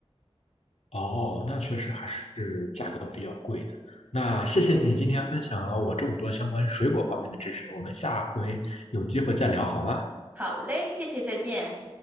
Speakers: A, on the left; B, on the right.
A: 哦，那确实还是价格比较贵的。那谢谢你今天分享了我这么多相关水果方面的知识，我们下回有机会再聊好吗？
B: 好嘞，谢谢，再见。